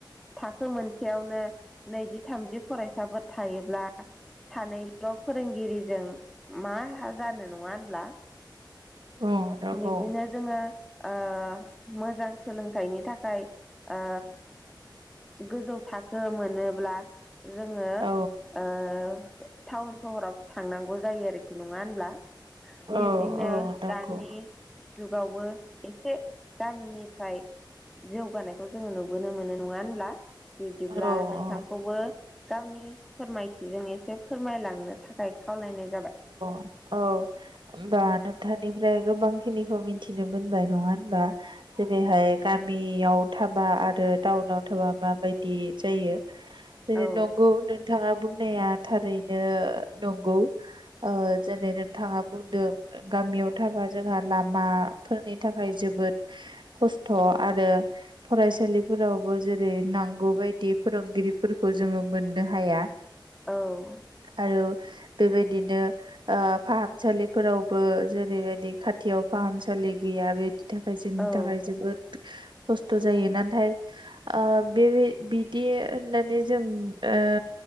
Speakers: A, in the centre; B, on the right.
A: थाखो मोनसेयावनो नैजि थामजि फरायसाफोर थायोब्ला सानैल' फोरोंगिरिजों मा जानो नङा होनब्ला
B: औ नंगौ
A: बिबदिनो जोङो ओ मोजां सोलोंथाइनि थाखाय ओ गोजौ थाखो मोनोब्ला जोङो
B: औ
A: ओ टाउन सहराव थांनांगौ जायो आरोखि नङा होनब्ला
B: औ
A: बिब्दिनो
B: औ नंगौ
A: दानि जुगावबो एसे गामिनिफ्राय जौगानायखौ जोङो नुबोनो मोनो नङा होनब्ला। बिब्दिब्ला
B: औ औ
A: नोंथांखौबो गावनि फोरमायथिजों एसे फोरमायलांनो थाखाय खावलायनाय जाबाय
B: औ होनबा नोंथांनिफ्राय गोबांखिनिखौ मिथिनो मोनबाय नङा होनबा जेरैहाय गामियाव थाबा आरो टाउनाव थाबा माबायदि जायो। बे
A: औ
B: नंगौ नोंथाङा बुंनाया थारैनो नंगौ ओ जेनै नोंथाङा बुंदों गामियाव थाबा जोंहा लामाफोरनि थाखाय जोबोद खस्थ' आरो फरायसालिफोरावबो जेरै नांगौ बायदि फोरोंगिरि फोरखौ जोङो मोननो हाया
A: औ
B: आरो बेबायदिनो ओ फाहामसालिफोरावबो जेरैबायदि खाथियाव फाहामसालि गैया बे नि थाखाय जोंनि
A: औ
B: थाखाय जोबोद खस्थ' जायो नाथाय ओ बे बिदि होननानै जों ओ